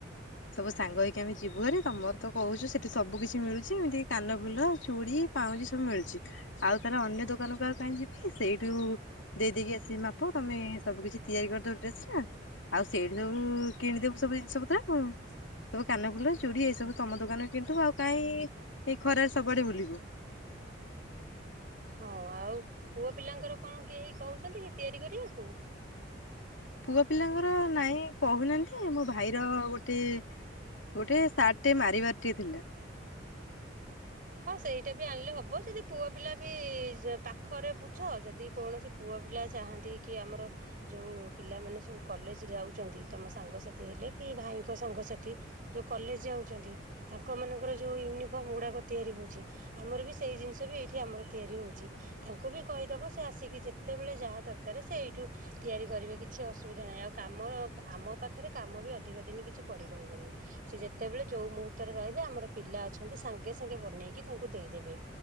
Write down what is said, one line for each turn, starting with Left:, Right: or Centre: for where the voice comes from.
Left: ସବୁ ସାଙ୍ଗ ହେଇକି ଆମେ ଯିବୁ ଆରେ ତମର ତ କହୁଛ ସେଠି ସବୁ କିିଛି ମିଳୁଛି ଏମିତି କାନ ଫୁଲ ଚୁଡି ପାଉଁଜି ସବୁ ମିଳୁଛି ଆଉ ତାଲେ ଅନ୍ୟ ଦୋକାନ କ ଆଉ କାହିଁ ଯିବି ସେଇଠୁ ଦେଇଦେଇକି ଆସିବି ମାପ ତମେ ସବୁ କିଛି। ତିଆରି କରିଦବୁ ଡ୍ରେସ ଟା ଆଉ ସେଇଠି ସବୁ କିଣିଦବୁ ସବୁ ଜିନିଷ ପତ୍ର ଆ ସବୁ କାନଫୁଲ ଚୁଡି ଏଇ ସବୁ ତମ ଦୋକାନରେ କିଣିଦବୁ ଆଉ କାହିଁ ଏଇ ଖରାରେ ସବୁଆଡେ ବୁଲିବୁ।
Right: ହଁ ଆଉ ପୁଅ ପିଲାଙ୍କର କଣ କିଏ କହୁଛନ୍ତି କି ତିଆରି କରିବାକୁ।
Left: ପୁଅ ପିଲାଙ୍କର ନାଇଁ କହୁନାହାନ୍ତି ମୋ ଭାଇର ଗୋଟେ ଗୋଟେ ସାର୍ଟ ଟେ ମାରିବାର ଟେ ଥିଲା।
Right: ହଁ ସେଇଟା ବି ଆଣିଲେ ହବ ଯଦି ପୁଅ ପିଲା ବି ପାଖରେ ବୁଝ ଯଦି କୌଣସି ପୁଅ ପିଲା ଚାହାନ୍ତି କି ଆମର ଯୋଉ ପିଲାମାନେ ସବୁ କଲେଜ ଯାଉଛନ୍ତି ତମ ସାଙ୍ଗସାଥି ହେଲେ କି ଭାଇଙ୍କ ସାଙ୍ଗସାଥି ଯଉ କଲେଜ ଯାଉଛନ୍ତି ତାଙ୍କ ମାନଙ୍କର ଯୋଉ ୟୁନିଫର୍ମ ଗୁଡାକ। ତିଆରି ହଉଛି ଆମର ବି ସେଇ ଜିନିଷ ବି ଏଇଠି ଆମର ତିଆରି ହଉଛି ତାଙ୍କୁ ବି କହିଦବ ସେ ଆସିକି ଯେତେବେଳେ ଯାହା ଦରକାର ସେ ଏଇଠୁ ତିଆରି କରିବେ କିଛି ଅସୁବିଧା ନାହିଁ ଆଉ କାମ ଆମ ପାଖରେ କାମ ବି ଅଧିକ ଦିନ କିଛି ପଡ଼ି ରହିବନି ସେ ଯେତେବେଳେ ଯେଉଁ ମୁହୂର୍ତ୍ତରେ ରହିବେ ଆମର ପିଲା ଅଛନ୍ତି ସାଙ୍ଗେ ସାଙ୍ଗେ ବନେଇକି ତାଙ୍କୁ ଦେଇଦେବେ